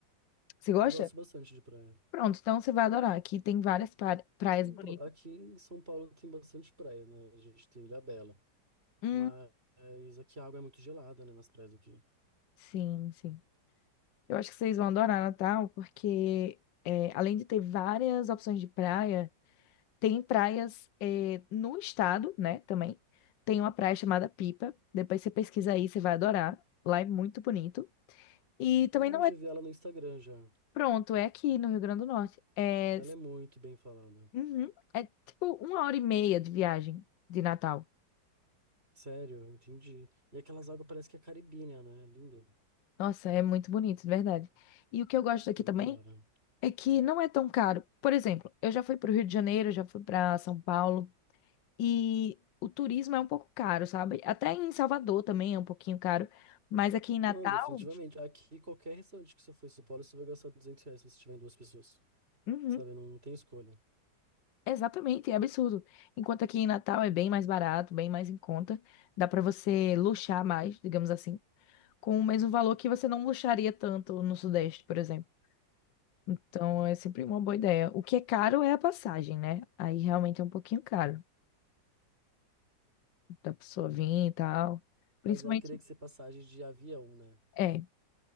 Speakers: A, on the left; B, on the right.
A: Você gosta?
B: Eu gosto bastante de praia.
A: Pronto, então você vai adorar. Aqui tem várias pra- praias
B: Sim,
A: bonitas.
B: pô, aqui em São Paulo tem bastante praia, né? A gente tem Ilha Bela,
A: Hum,
B: mas aqui a água é muito gelada, né, nas praias aqui.
A: sim, sim. Eu acho que vocês vão adorar Natal, porque é, além de ter várias opções de praia, tem praias é, no estado, né, também. Tem uma praia chamada Pipa. Depois você pesquisa aí, você vai adorar. Lá é muito bonito. E também
B: Ah,
A: não
B: eu já
A: é
B: vi ela no Instagram já.
A: pronto, é aqui no Rio Grande do Norte. É,
B: Ela é muito bem falada.
A: uhum, é tipo uma hora e meia de viagem de Natal.
B: Sério, entendi. E aquelas águas parece que é caribínea, né? Linda.
A: Nossa, é muito bonito, de verdade. E o que eu gosto daqui
B: Da
A: também
B: hora.
A: É que não é tão caro. Por exemplo, eu já fui para o Rio de Janeiro, já fui para São Paulo e o turismo é um pouco caro, sabe? Até em Salvador também é um pouquinho caro, mas aqui em Natal,
B: Não, definitivamente. Aqui, qualquer restaurante que você for em São Paulo, você vai gastar 200 reais se você tiver em duas pessoas.
A: uhum,
B: Sabe? Não, não tem escolha.
A: exatamente, é absurdo. Enquanto aqui em Natal é bem mais barato, bem mais em conta, dá para você luxar mais, digamos assim, com o mesmo valor que você não luxaria tanto no Sudeste, por exemplo. Então é sempre uma boa ideia. O que é caro é a passagem, né? Aí realmente é um pouquinho caro da pessoa vir e tal. Principalmente
B: Mas aí teria que ser passagem de avião, né?
A: É,